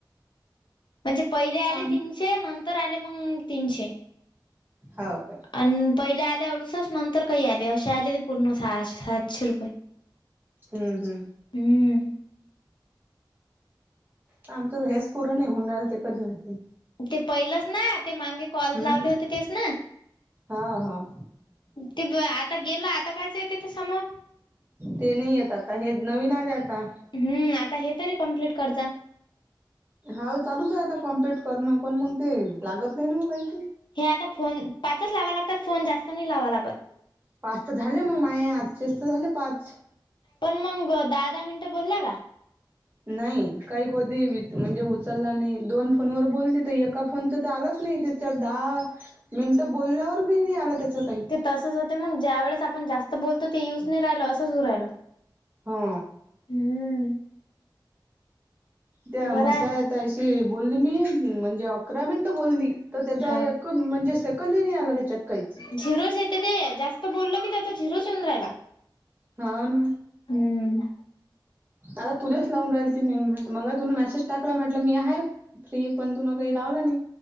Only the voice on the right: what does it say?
आम
हो का.
हम्म हम्म.
आमचं तर हेच पूर नाही होऊन राहिल ते कधी होते.
हम्म
हा हा
ते नाही येत आता हे नवीन आले आता.
हा चालूच आहे आता कम्प्लीट करणं पण मग ते लागत नाही ना म काही.
पाच तर झाले मग माय आजचेच तर झाले पाच.
नाही काही कधी म्हणजे उचलला नाही दोन फोन वर बोलली तर एका फोन तर आलाच. नाही त्याच्या दहा मिनटं बोल्यावरी बी नाही आला काही
हा.
त्या
म्हसाया
ताईशी बोलली मी म्हणजे अकरा मिनटं बोलली. तर त्याचा
एक म्हणजे सेकंद ही नाही आला त्याच्यात. काहीच
हाव ना.
आता तुलाच लावून राहीलती मी मग तुन मेसेज टाकला म्हटलं मी आहे फ्री पण तुन काही लावलं नाही.